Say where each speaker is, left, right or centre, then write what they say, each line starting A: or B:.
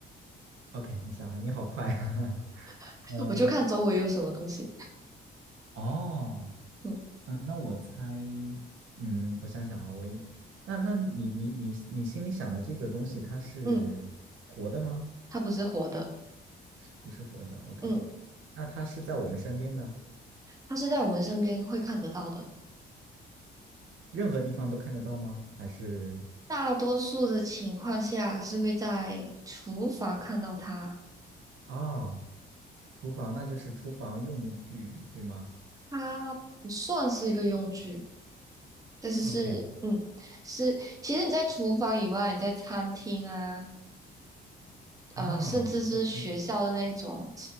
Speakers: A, on the right; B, on the right.
A: ，OK，你想哈，你好快啊，<laughs>
B: <laughs>
A: 嗯，
B: 我就看周围有什么东西。
A: 哦。
B: 嗯
A: 嗯，那我猜，嗯，我想想啊，我一，那那你你你你心里想的这个东西，它是活的吗？
B: 嗯，它不是活的，
A: 不是活的，OK。
B: 嗯，
A: 那它是在我们身边的，
B: 它是在我们身边会看得到的。
A: 任何地方都看得到吗？还是
B: 大多数的情况下是会在厨房看到它，
A: 啊，厨房，那就是厨房用具，对吗
B: 它不算是一个用具，但是是，
A: ？OK。
B: 嗯，是，其实你在厨房以外，你在餐厅啊，
A: 啊，
B: 呃，甚至是学校的那种
A: 我看